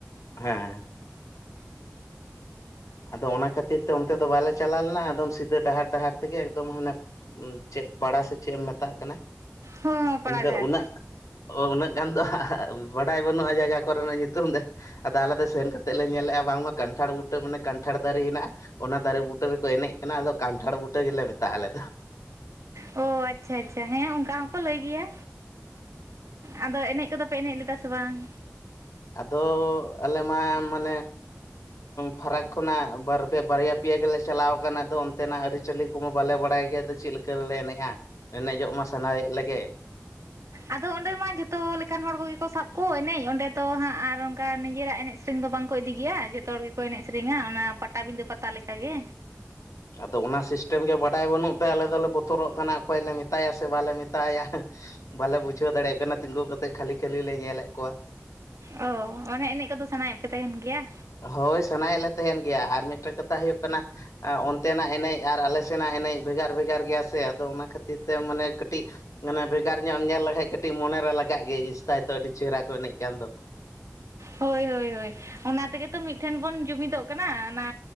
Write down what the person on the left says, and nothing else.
ᱦᱮᱸ᱾ ᱟᱫᱚ ᱚᱱᱟ ᱠᱷᱟᱹᱛᱤᱨ ᱛᱮ ᱚᱱᱛᱮ ᱫᱚ ᱵᱟᱞᱮ ᱪᱟᱞᱟᱣ ᱞᱮᱱᱟ᱾ ᱟᱫᱚᱢ ᱥᱤᱫᱟᱹ ᱰᱟᱦᱟᱨ ᱰᱟᱦᱟᱨ ᱛᱮᱜᱮ ᱮᱠᱫᱚᱢ ᱦᱟᱱᱮ ᱪᱮᱫ ᱯᱟᱲᱟ ᱥᱮ ᱪᱮᱫ ᱮᱢ ᱢᱮᱛᱟᱜ ᱠᱟᱱᱟ?
ᱤᱧ ᱫᱚ ᱩᱱᱟᱹᱜ ᱚ ᱩᱱᱟᱹᱜ ᱜᱟᱱ ᱫᱚ ᱵᱟᱰᱟᱭ ᱵᱟᱹᱱᱩᱜᱼᱟ, ᱡᱟᱭᱜᱟ ᱠᱚᱨᱮᱱᱟᱜ ᱧᱩᱛᱩᱢ ᱫᱚ᱾ ᱟᱫᱚ ᱟᱞᱮ ᱫᱚ ᱥᱮᱱ ᱠᱟᱛᱮᱫ ᱞᱮ ᱧᱮᱞᱮᱜᱼᱟ ᱵᱟᱝᱢᱟ ᱠᱟᱱᱴᱷᱟᱲ ᱵᱩᱴᱟᱹ ᱢᱟᱱᱮ ᱠᱟᱱᱴᱷᱟᱲ ᱫᱟᱨᱮ ᱦᱮᱱᱟᱜᱼᱟ ᱚᱱᱟ ᱫᱟᱨᱮ ᱵᱩᱴᱟᱹ ᱨᱮᱠᱚ ᱮᱱᱮᱡ ᱠᱟᱱᱟ᱾ ᱟᱫᱚ ᱠᱟᱱᱴᱷᱟᱲ ᱵᱩᱴᱟᱹ ᱜᱮᱞᱮ ᱢᱮᱛᱟᱜᱼᱟ, ᱟᱞᱮ ᱫᱚ᱾
ᱟᱫᱚ ᱟᱞᱮ ᱢᱟ ᱢᱟᱱᱮ ᱯᱷᱟᱨᱟᱠ ᱠᱷᱚᱱᱟᱜ ᱵᱟᱨᱯᱮ ᱵᱟᱨᱭᱟ ᱯᱮᱭᱟ ᱜᱮᱞᱮ ᱪᱟᱞᱟᱣ ᱠᱟᱱᱟ᱾ ᱟᱫᱚ ᱚᱱᱛᱮᱱᱟᱜ ᱟᱹᱨᱤᱪᱟᱹᱞᱤ ᱨᱩ ᱠᱚ ᱢᱟ ᱵᱟᱞᱮ ᱵᱟᱲᱟᱭ ᱜᱮ ᱪᱮᱫ ᱞᱮᱠᱟ ᱨᱮᱞᱮ ᱮᱱᱮᱡᱼᱟ? ᱮᱱᱮᱡᱚᱜ ᱢᱟ ᱥᱟᱱᱟᱭᱮᱫ ᱞᱮᱜᱮ᱾
ᱟᱫᱚ ᱚᱱᱟ ᱥᱤᱥᱴᱮᱢ ᱜᱮ ᱵᱟᱰᱟᱭ ᱵᱟᱹᱱᱩᱜ ᱛᱮ, ᱟᱞᱮ ᱫᱚᱞᱮ ᱵᱚᱛᱚᱨᱚᱜ ᱠᱟᱱᱟ᱾ ᱚᱠᱚᱭ ᱞᱮ ᱢᱮᱛᱟᱭᱟ ᱥᱮ ᱵᱟᱞᱮ ᱢᱮᱛᱟᱭᱟ? ᱵᱟᱞᱮ ᱵᱩᱡᱷᱟᱹᱣ ᱫᱟᱲᱮᱜ ᱠᱟᱱᱟ᱾ ᱛᱤᱸᱜᱩ ᱠᱟᱛᱮ ᱠᱷᱟᱹᱞᱤ ᱠᱷᱟᱹᱞᱤ ᱞᱮ ᱧᱮᱞᱮᱫ ᱠᱚᱣᱟ᱾
ᱦᱳᱭ ᱥᱟᱱᱟᱭᱮᱫ ᱞᱮ ᱛᱟᱦᱮᱱ ᱜᱮ ᱟᱨ ᱢᱤᱫ ᱢᱮᱫᱴᱮᱱ ᱠᱟᱛᱷᱟ ᱦᱩᱭᱩᱜ ᱠᱟᱱᱟ, ᱚᱱᱛᱮ ᱱᱟᱜ ᱮᱱᱮᱡ ᱟᱨ ᱟᱞᱮ ᱥᱮᱱᱟᱜ ᱮᱱᱮᱡ ᱵᱷᱮᱜᱟᱨ ᱵᱷᱮᱜᱟᱨ ᱜᱮᱭᱟ ᱥᱮ ᱟᱫᱚ ᱚᱱᱟ ᱠᱷᱟᱹᱛᱤᱨ ᱛᱮ ᱢᱟᱱᱮ ᱠᱟᱹᱴᱤᱡ ᱢᱟᱱᱮ ᱵᱷᱮᱜᱟᱨ ᱧᱚᱜ ᱮᱢ ᱧᱮᱞ ᱞᱮᱠᱷᱟᱡ ᱠᱟᱹᱴᱤᱡ ᱢᱚᱱᱮᱨᱮ ᱞᱟᱜᱟᱜ ᱜᱮᱭᱟ ᱤᱥ ᱛᱟᱭ ᱛᱚ ᱟᱹᱰᱤ ᱪᱮᱦᱨᱟ ᱠᱚ ᱮᱱᱮᱡ ᱠᱟᱱ ᱫᱚ